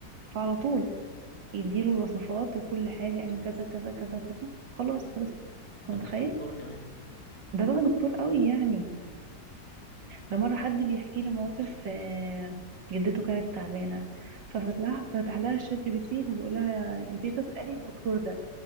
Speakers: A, on the right (about 80°); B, on the left (about 80°).
A: فعلى طول يديله الوصفات وكل حاجة اعمل كذا كذا كذا كذا خلاص خلص انت
B: ده بقى
A: متخيل
B: دكتور كمان
A: ده بقى دكتور قوي يعني ده مرة حد بيحكي لي موقف آه، جدته كانت تعبانة ففتح لها فتح لها الشات جي بي تي فبيقول لها يا تيتا اسألي الدكتور ده